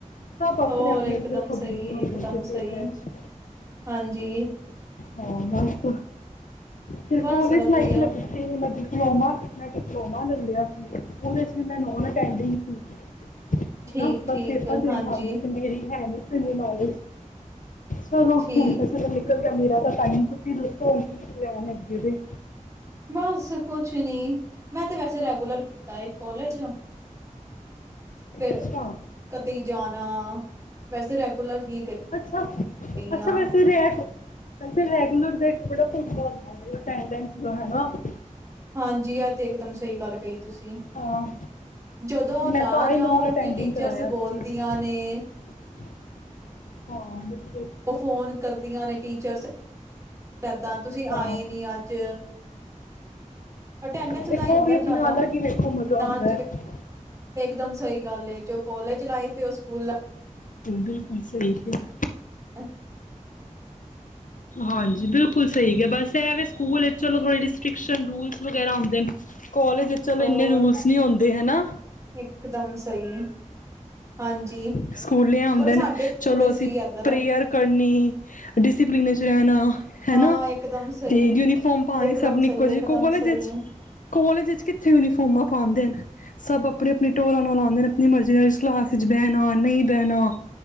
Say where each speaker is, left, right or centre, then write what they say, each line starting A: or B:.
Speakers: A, on the left; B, on the right.
A: ਸਭ ਆਪਣੇ-ਆਪਣੇ
B: ਹੋਰ ਇਕਦਮ
A: ਦੇਖੋ
B: ਸਹੀ,
A: ਬਿਜ਼ੀ ਹੁੰਦੇ
B: ਇਕਦਮ
A: ਪੇਪਰਾਂ
B: ਸਹੀ,
A: ਚ
B: ਹਾਂਜੀ
A: ਹਾਂ ਬਸ ਫਿਰ
B: ਬਸ
A: ਕੋਲਜ
B: ਵਧੀਆ।
A: ਲਾਈਫ ਲ ਮ ਡਿਪਲੋਮਾ ਮੈਂ ਡਿਪਲੋਮਾ ਲਲਿਆ ਸੀ, ਉਹਦੇ ਚ ਵੀ ਮੈਂ ਨੋਨ ਅਟੈਂਡਿੰਗ ਸੀ। ਹਨਾਂ,
B: ਠੀਕ,
A: ਬਸ
B: ਠੀਕ
A: ਪੇਪਰ ਦੇਨ
B: ਹਾਂਜੀ,
A: ਜਾਂਦੀ ਸੀ ਮੇਰੀ ਹੈ ਨੀਂ। ਨੋਲਜ ਚਲੋ
B: ਠੀਕ।
A: ਹੁਣ ਤੇ ਨਿਕਲ ਗਿਆ ਮੇਰਾ ਤਾਂ ਟਾਈਮ ਤੁਸੀਂ ਦੱਸੋ ਕੀ ਪਲੈਨ ਅੱਗੇ ਦੇ।
B: ਬਸ ਕੁਛ ਨੀਂ ਮੈਂ ਤੇ ਵੈਸੇ ਰੈਗੂਲਰ ਕੀਤਾ ਕੋਲਜ। ਫਿਰ
A: ਅੱਛਾ,
B: ਕਦੀ ਜਾਣਾ ਵੈਸੇ ਰੈਗੂਲਰ ਹੀ
A: ਅੱਛਾ
B: ਗਈ
A: ਅੱਛਾ,
B: ਆ
A: ਵੈਸੇ ਰੇ ਵੈੇ ਰੈਗਲਰ ਦੇਖੋ ੜ ਟਾਈਮ ਲਨ ਲੋਣਾ <inaudible>
B: ਹਾਂਜੀ ਆ ਤੇ ਇੱਕਦਮ ਸਹੀ ਗੱਲ ਕਹੀ ਤੁਸੀਂ
A: ਹਾਂ
B: ਜਦੋਂ
A: ਮੈਂ
B: ਨਾ
A: ਤਾਂ ਆਈ
B: ਜਾਓ
A: ਨੋਨ ਅਟੈਂਡਿੰਗ
B: ਤੇ ਟੀਚਰਸ
A: ਕਰਾਇਆ
B: ਬੋਲਦੀਆਂ
A: ਸੀ
B: ਨੇ
A: <unintelligible> ਹਾਂ ਬਿਲ
B: ਉਹ ਫੋਨ ਕਰਦੀਆਂ ਨੇ ਟੀਚਰਸ ਦਾਂ ਤੁਸੀਂ
A: ਹਾਂ
B: ਆਏ ਨੀ ਅੱਜ ਅਟੈਂਡੈਂਸ
A: ਹਾਂ, ਵੇਖੋ
B: ਦਾ ਹੀ ਹੁੰਦਾ
A: ਉਹ ਵੀ ਆਪਣਾ
B: ਜਿਆਦਾ
A: ਅਲੱਗ ਹੀ ਵੇਖੋ ਮਜ਼ਾ ਆਉਂਦਾ
B: ਨਾਲ
A: ਹੈ
B: ਇਕ ਦਮ ਸਹੀ ਗੱਲ ਜੋ ਕਾਲਜ ਚਲਾਈ ਫਿਰ ਉਹ ਸਕੂਲ
A: ਬਿਲਕੁਲ ਸਹੀ ਕਿਹਾ
B: ਅੱ
A: ਹਾਂਜੀ ਬਿਲਕੁਲ ਸਹੀ ਹੈ ਬਸ ਇਹ ਸਕੂਲ ਚਲ ਥੋੜੀ ਰਿਸਟ੍ਰਿਕਸ਼ਨ ਰੂਲਜ਼ ਵਗੈਰਾ ਹੁੰਦੇ ਨੇ ਕਾਲਜ ਚਲੋ
B: ਹੋਰ
A: ਇਨੇ ਰੂਲਸ ਨੀ ਹੁੰਦੇ ਹਨਾ
B: ਇਕਦਮ ਸਹੀ ਹਾਂਜੀ
A: ਸਕੂਲੇ ਆਉਂਦੇ
B: ਪਰ ਸਾਡੇ
A: ਨੇ ਚਲੋ
B: ਥੋੜੇ ਸੀ
A: ਅਸੀਂ
B: ਇੱਧਰ
A: ਪ੍ਰੇਅਰ ਕਰਨੀ ਡਿਸਪਲਿਨ ਚ ਰਹਿਣਾ ਹੈਨਾ?
B: ਹਾਂ ਇਕਦਮ ਸਹੀ,
A: ਤੇ ਯੂਨੀਫਾਰਮ ਪਾਉਣੀ
B: ਇਕਦਮ
A: ਸਭ ਨੂੰ
B: ਸਹੀ,
A: ਇੱਕੋ ਜਿਹੀ
B: ਇਕਦਮ
A: ਕਾਲਜ
B: ਸਹੀ,
A: ਕਾਲਜ ਚ' ਕਿੱਥੇ ਯੂਨੀਫਾਰਮਾਂ ਪਾਉਂਦੇ ਨੇ ਸਭ ਅਪਣੀ ਅਪਣੀ ਟੋਰਾਂ ਨਾਲ ਆਉਂਦੇ ਨੇ ਆਪਣੀ ਮਰਜ਼ੀ ਨਾਲ ਇਸਲ ਵਿਚ ਬਹਿਣਾ ਨਹੀਂ ਬਹਿਣਾ